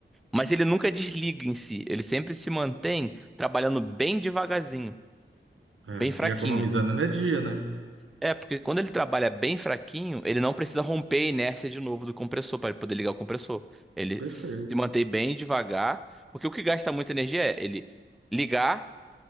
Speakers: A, in the centre; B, on the right.
A: mas ele nunca desliga em si, ele sempre se mantém trabalhando bem devagarzinho,
B: É,
A: bem fraquinho.
B: e economizando energia, né?
A: É, porque quando ele trabalha bem fraquinho, ele não precisa romper a inércia de novo do compressor para poder ligar o compressor. Ele
B: Perfeito.
A: se mantém bem devagar, porque o que gasta muita energia é ele ligar